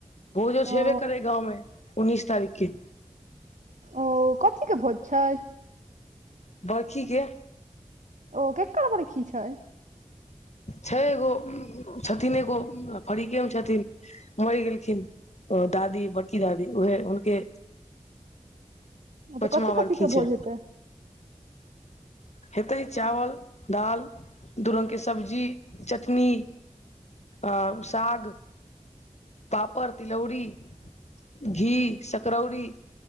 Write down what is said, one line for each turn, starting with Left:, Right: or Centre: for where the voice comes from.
Left: भोजो सेवे
Right: ओ
Left: करे गाँवमें उन्नीस तारीख के
Right: ओ कथि कऽ भोज छैय
Left: बरखीे के
Right: ओ केकर बरखी छै
Left: छै एगो छथिन एगो फरीके मे छथिन मरि गेलखिन ओ दादी बड़की दादी उहे हुनके
Right: ओ तऽ
Left: पचमा
Right: कथी कथी
Left: बरखी
Right: के भोज
Left: छै
Right: हैतै
Left: हेतै चावल दालि दू रंग के सब्जी चटनी आ साग पापड़ तिलौरी घी सकरौरी